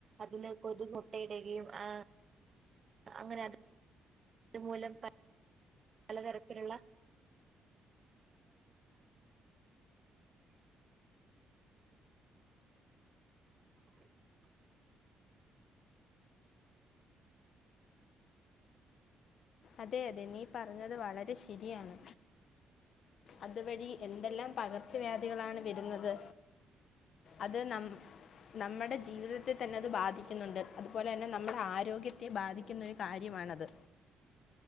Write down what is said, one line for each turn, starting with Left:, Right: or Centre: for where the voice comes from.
Right: അതിന് കൊതു മോട്ടയിടുകയും ആ അങ്ങനെ അത് അത് മൂലം പലതരത്തിൽ ഉള്ള <unintelligible> <unintelligible>
Left: അതെ അതെ നീ പറഞ്ഞത് വളരെ ശരിയാണ് അതുവഴി എന്തെല്ലാം പകർച്ചവ്യാധികളാണ് വരുന്നത് അത് നം നമ്മുടെ ജീവിതത്തെ തന്നെ അത് ബാധിക്കുന്നുണ്ട് അതുപോലെ തന്നെ നമ്മുടെ ആരോഗ്യത്തെ ബാധിക്കുന്ന ഒരു കാര്യമാണത്